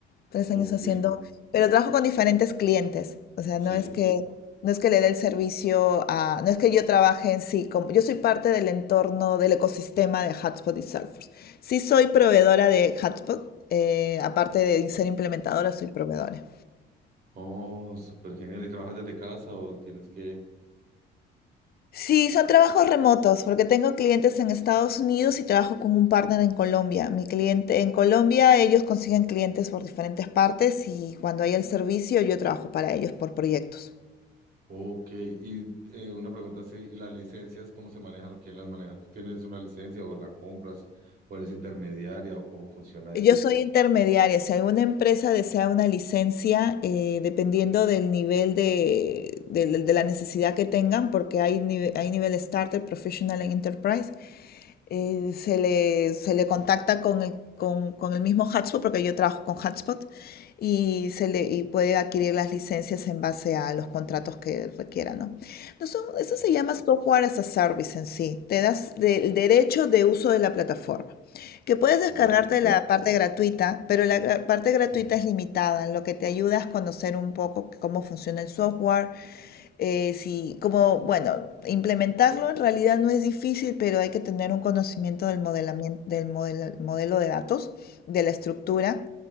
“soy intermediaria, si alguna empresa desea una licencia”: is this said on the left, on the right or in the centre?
Left